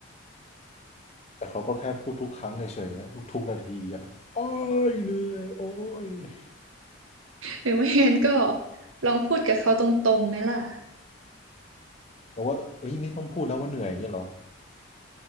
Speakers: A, on the left (about 30°); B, on the right (about 80°).
A: แต่เขาก็แค่พูดทุกครั้งเฉยๆนะทุกๆนาทีอ่ะโอ้ยเหนื่อยโอ้ยเหนื่อย
B: หรือไม่งั้นก็ลองพูดกับเขาตรงๆไหมล่ะ
A: บอกว่าเอ้ยไม่ต้องพูดแล้วว่าเหนื่อยอย่างนี้เหรอ